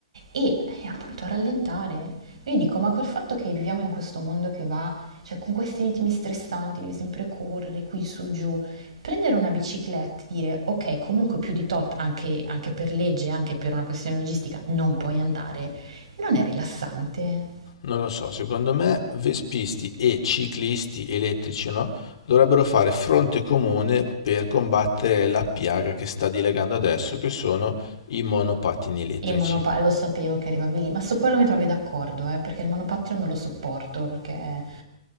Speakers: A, on the right; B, on the left.
A: e eh, appunto rallentare. Io dico, ma col fatto che viviamo in questo mondo che va, cioè con questi ritmi stressanti, devi sempre correre qui su giù, prendere una bicicletta e dire, ok, comunque più di tot, anche, anche per legge, anche per una questione logistica, non puoi andare, non è rilassante.
B: Non lo so, secondo me vespisti e ciclisti elettrici, no? Dovrebbero fare fronte comune per combattere la piaga che sta dilegando adesso, che sono i monopattini elettrici.
A: Il monopa lo sapevo che arrivavi lì, ma su quello mi trovi d'accordo, eh, perché il monopattino non lo sopporto, perché,